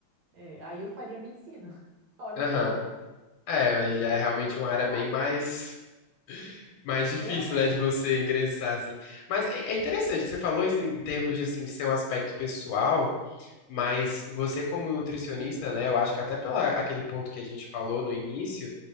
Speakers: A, on the right; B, on the left.
A: é- aí eu faria medicina. <laughs> Olha
B: Aham.
A: que louco.
B: É, mas já
A: Pensando
B: é realmente uma
A: na
B: área
A: parte
B: bem mais.
A: profissional.
B: Mais difícil,
A: Aham,
B: né, de você ingressar, assim. Mas é é interessante que você falou isso em termos de, assim, de ser um aspecto pessoal. Mas você, como nutricionista, né? Eu acho que até pela aquele ponto que a gente falou no início,